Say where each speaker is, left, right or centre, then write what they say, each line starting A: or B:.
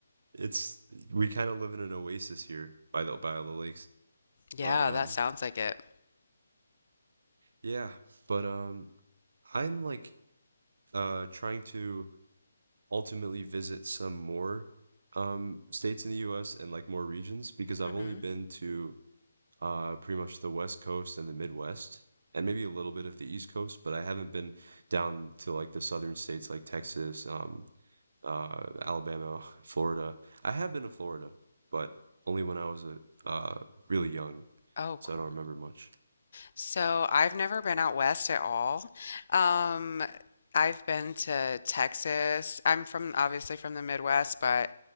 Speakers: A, on the right; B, on the left.
A: it's we kind of live in an oasis here by the by all the lakes.
B: Yeah,
A: But um
B: that sounds like it.
A: yeah, but um I'm like uh trying to ultimately visit some more um states in the US and like more regions because I've
B: hmm
A: only been to uh, pretty much the West Coast and the Midwest, and maybe a little bit of the East Coast, but I haven't been down to like the southern states like Texas, um, uh, Alabama, Florida. I have been to Florida, but only when I was a uh, really young,
B: Oh,
A: so
B: cool.
A: I don't remember much.
B: So I've never been out west at all. Um, I've been to Texas. I'm from obviously from the Midwest, but